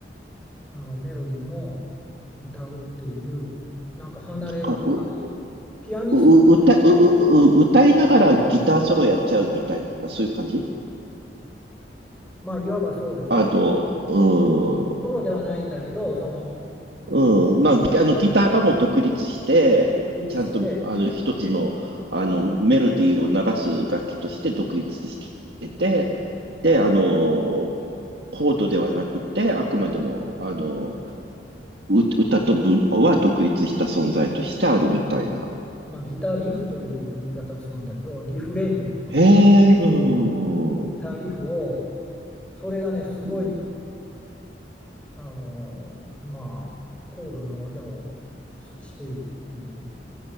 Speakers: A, in the centre; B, on the right.
A: あの、メロディーも歌うっていう、なんか離れ技、
B: なんか、う、う、
A: ピアニスト、
B: う歌う、う、う歌いながらギターソロやっちゃうみたいな、そういう感じ
A: まあ、いわばそうですね。
B: あの、
A: その、
B: う
A: ソロではないんだけど、その、
B: ん、うん。まあ、ぎあの、ギターがもう独立して、
A: クイズして、
B: ちゃんと、あの、一つの、あの、
A: まあ
B: メロディーを流す楽器として独立してて、で、あの、コードではなくて、あくまでも、あの、う歌と文は独立した存在としてあるみたいな。
A: まあ、ギターリフという言い方をするんだけど、リフレインよね。
B: へえ、うーん。
A: たリフをそれがねすごい
B: うん
A: あのまあ高度な技をすしているっていう